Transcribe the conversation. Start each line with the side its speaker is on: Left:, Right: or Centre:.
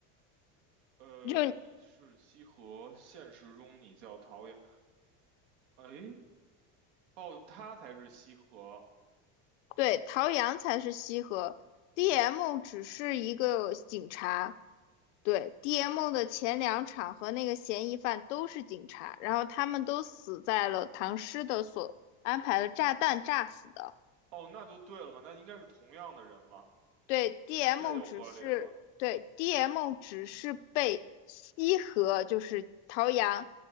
Right: 呃，
Left: 就
Right: 你是西河，现实中你叫陶阳。哎，哦，他才是西河。
Left: 对，陶阳才是西河，DM 只是一个警察。对，DM 的前两场和那个嫌疑犯都是警察，然后他们都死在了唐诗的所安排的炸弹炸死的。
Right: 哦，那就对了嘛，那应该是同样的人嘛，
Left: 对，DM
Right: 这就合理了。
Left: 只是对 DM 只是被西河，就是陶阳，